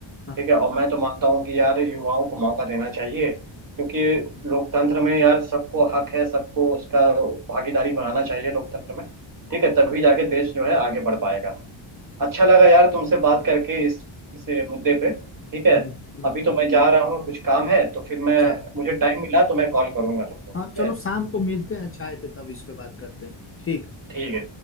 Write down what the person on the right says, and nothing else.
ठीक है और मैं तो मानता हूँ कि यार युवाओं को मौका देना चाहिए क्योंकि लोकतंत्र में यार सबको हक है सबको उसका भागीदारी बनाना चाहिए लोकतंत्र में ठीक है तभी जाके देश जो है आगे बढ़ पाएगा अच्छा लगा
यार तुमसे बात करके इस इस मुद्दे पे ठीक है
अभी तो मैं जा रहा हूँ कुछ काम है तो फिर
मैं मुझे टाइम मिला तो मैं कॉल करूंगा तुमको ठीक
है
ठीक है